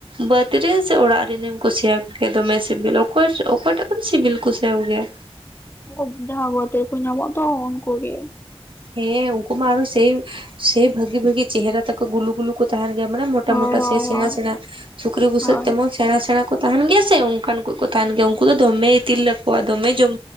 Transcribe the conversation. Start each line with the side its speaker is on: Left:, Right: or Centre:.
Right: ᱵᱟᱹᱫᱽ ᱨᱮ ᱥᱮ ᱚᱲᱟᱜ ᱨᱤᱱᱮᱢ ᱠᱩᱥᱤᱭᱟᱠᱚ ᱜᱮᱭᱟ, ᱫᱚᱢᱮ ᱥᱤᱵᱤᱞ ᱟᱠᱚ᱾ ᱚᱠᱚᱭ ᱚᱠᱚᱭᱴᱟᱜ ᱠᱷᱚᱱ ᱥᱤᱵᱤᱞ ᱠᱩᱥᱤᱭᱟᱠ ᱠᱚᱜᱮᱭᱟ?
Left: ᱩᱱᱠᱩ ᱡᱟᱦᱟᱸ ᱵᱟᱹᱫ ᱨᱮᱠᱚ ᱧᱟᱢᱚᱜᱼᱟ ᱛᱚ ᱩᱱᱠᱩ ᱜᱮ ᱾
Right: ᱦᱮᱸ ᱩᱱᱠᱩ ᱢᱟ ᱟᱨᱚ ᱥᱮᱭ ᱥᱮᱭ ᱵᱷᱟᱹᱜᱤ ᱵᱷᱟᱹᱜᱤ ᱪᱮᱦᱨᱟ ᱛᱟᱠᱚ ᱜᱩᱞᱩ ᱜᱩᱞᱩ ᱛᱟᱦᱮᱱ ᱜᱮᱭᱟ ᱢᱟᱱᱮ ᱢᱚᱴᱟ
Left: ᱦᱳᱭ
Right: ᱢᱚᱴᱟ
Left: ᱦᱳᱭ
Right: ᱥᱮ ᱥᱮᱲᱟ
Left: ᱦᱳᱭ
Right: ᱥᱮᱲᱟ ᱥᱩᱠᱨᱤ ᱵᱷᱩᱥᱟᱹᱜ
Left: ᱦᱳᱭ
Right: ᱛᱮᱢᱚᱱ ᱥᱮᱬᱟ ᱥᱮᱬᱟ ᱠᱚ ᱛᱟᱦᱮᱱ ᱜᱮᱭᱟ ᱥᱮ, ᱚᱱᱠᱟᱱ ᱠᱚ ᱠᱚ ᱛᱟᱦᱮᱱ ᱜᱮᱭᱟ ᱩᱱᱠᱩ ᱫᱚᱢᱮ ᱤᱛᱤᱞ ᱛᱟᱠᱚᱣᱟ ᱫᱚᱢᱮ ᱡᱚᱢ